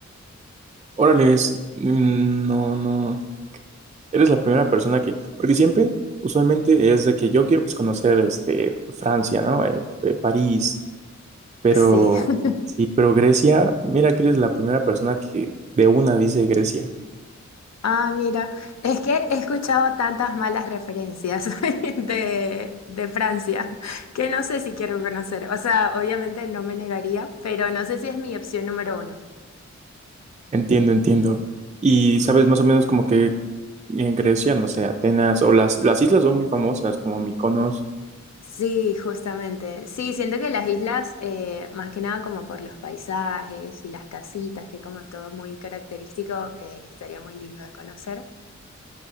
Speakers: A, on the right; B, on the left.
A: Órale, es... mm, No, no. Eres la primera persona que, porque siempre, usualmente es de que yo quiero pues conocer este Francia, ¿no? Eh, eh, París, pero
B: Sí, <laughs>
A: sí, pero Grecia, mira que eres la primera persona que de una dice Grecia.
B: Ah, mira, es que he escuchado tantas malas referencias <laughs> de, de Francia que no sé si quiero conocer. O sea, obviamente no me negaría, pero no sé si es mi opción número uno.
A: Entiendo, entiendo. Y sabes más o menos como que en Grecia, no sé, Atenas o las las islas son muy famosas como Mykonos
B: Sí, justamente. Sí, siento que las islas, eh, más que nada como por los paisajes y las casitas, que como todo muy característico, eh, estaría muy lindo de conocer.